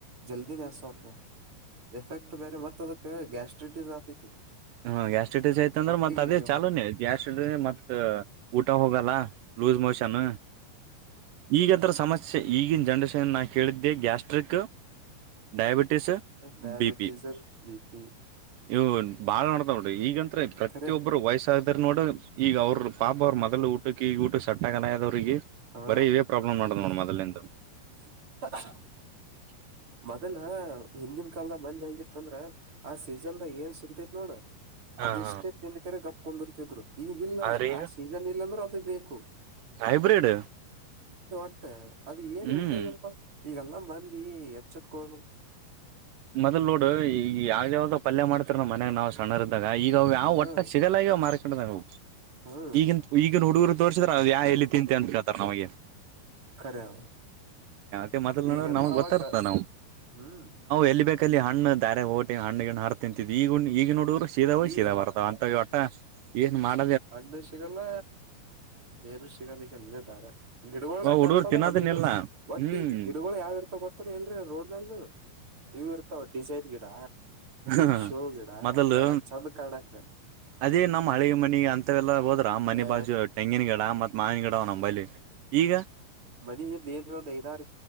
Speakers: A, on the right (about 30°); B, on the right (about 75°).
A: ಜಲ್ದಿನೇಸ್ತ್ರ ಎಫೆಕ್ಟ್ ಬೇರೆ ಮತ್ತ ಅದ ಗ್ಯಾಸ್ಟ್ರಿ ಆತೈತಿ
B: ಹಾ ಗ್ಯಾಸ್ಟ್ರಟಜ್ ಆಯತ ಅಂದ್ರ
A: ಹೊಟ್ಟಿಗೆ
B: ಮತ್ತತ್ ಅದೇ ಚಾೂನ್ಯ ಗ್ಯಾಸ್ಟ್ರ ಮತ್ತತ್ ಊಟ ಹೋಗಲ್ಲ ಲೂಸ್ ಮೋಷನ್ ಈಗಂತರ ಸಮಸ್ಯೆ ಈಗಿನ ಜನರೇಷನ್ ನಾ ಕೇಳಿದ್ದೆ gastric diabetes
A: diabetes
B: B P
A: BP
B: ಇವು ಹಾಳ ಮಾಡಡತಾೋ್ರ ಈಗಂತ್ರ ಪ್ರತೊಬ್ರು
A: ಖರೆ
B: ವಯಸ್ಸಾದದರ್ ಈಗ ಅವ್ರ ಪಾಪ ಅವ್ರ ಮೊದಲು ಊಟಕ್ಕೆ ಈಗ ಊಟ ಸಟ್ಟಗಲ ಆದವ್ರಿಗೆ
A: ಹಾ
B: ಬರೀ ಇವೇ ಪ್ರಾಬ್ಲಮ್ ಮಾಡುದು್ ನೋಡಮ್ ಮದಲಿಂದು
A: ಹ
B: ಹ
A: ಮೊದಲ ಹಿಂದನ್ ಕಾಲದ ಮಂದ್ ಹೆಂಗಿತ್ತ ಅಂದ್ರ ಆ ಸೀಸನ್ದ ಏನ್ ಸಿಗತೈತ್ ನೋಡ
B: ಹ
A: ಅದಿಷ್ಟೇ
B: ಹ
A: ತಿಂದಕರೆ ಗಪ್ಕೊಂಡಿರ್ತಿದ್ರು ಈಗಿಲ್ಲ
B: ಆದ್ರೆ ಈಗ
A: ಆ ಸೀಸನ್ ಇಲ್ಲಾಂದ್ರರು ಅದು ಬೇಕು
B: ಹೈಬ್ರಿಡ್
A: ಬ ಅದ ಏನು
B: ಹ್ಮ್
A: ಉಪಯೋಗಪ್ಪ ಈಗೆಲ್ಲಾ ಮಂದಿ ಎಚ್ಚತ್ಕೋರ
B: ಮೊದ್ಲ್ ನೋಡು ಈಗ ಯಾವ ಯಾವ್ದ್ ಪಲ್ಯ ಮಾಡತರಿ ನಮ್ಮ ಮನ್ಯಾಗ ನಾವ್ ಸಣ್ಣರ್ದ ಈಗ ಯಾವ
A: ಹಾ
B: ಒಟ್ಟ ಸಿಗಲಾಗಿ ಮಾರ್ಕೊಂಡವು
A: ಹ್ಮ್
B: ಈಗ ಈಗ ನುಡುಗರು ತೋರ್ಸಿದ್ರ ಅದು ಯಾ ಎಲ್ಲಿ ತಿಂತಿ ಅನ್ಕಳ್ತಾರ ನಮಗೆ
A: ಖರೆ ಅವ.
B: ದೇ ಮಾತ್ತ ನೋಡ್ರ
A: ಈಗೆಲ್ಲ
B: ನಮಗ್
A: ಅವಾಗ
B: ಗೊತ್ತರ್ತ ನಾವ್
A: ಹ್ಮ್
B: ಎಲ್ಲಿ ಬೇಕ ಅಲ್ಲಿ ಹಣ್ಣ ದಾರೆ ೋಟಿ ಹಣ್ಣ ಹಾರ ತಿಂತಿದ್ ಈಗ ಈಗ ನೋಡರು ಸೀದಾ ಹೋಗ್
A: ಈಗ
B: ಶೀದಾ ಬರ್ತಾವ ಅಂತ ಒಟ್ಟ ಏನ್ ಮಾಡ
A: ಆಗಲೇ ಸಿಗಲ್ಲ ಏನುಷಿಗಾಲಿಗೆಲ್ಲೇಾರೆ ಗಿಡವಾಳ್ರೆ
B: ಅವು ಹುಡುಗರು
A: ಕರ್ಸಲ್ಲ
B: ತಿನ್ನೋದನ್ನಿಲ್ಲ
A: ಹಳ್ಳಿದು
B: ಹ್ಮ್
A: <inaudible> ಗಿಡಗಳು ಯಾವರ್ತವೆ ಅಂತ ಗೊತ್ತಾ ರೋಡ್ ಅಲ್ಲಿ ನೀವ್ ಇರ್ತಾವ ಡಿಸೈನ್ ಗಿಡ
B: ಹ
A: ಶೋ ಗಿಡ
B: ಮೊದಲು
A: ಕಾಣಕ್ ಚಂದ ಕಾಣಕ್
B: ಅದೇ ನಮ್ಮ ಹಳೆ ಮನೆ ಅಂತ ಮತ್ತ ಎಲ್ಲಾ ಹೋದ್ರ ಮನೆ
A: ಏ
B: ಬಾಜು ತೆಂಗಿನ ಗಿಡ ಮತ್ ಮಾವಿನ ಗಿಡ ಅವ್ ನಂಬಲ್ಲಿ ಈಗ
A: ಮನೆ ಹಿಂದೆ ಐದಾರು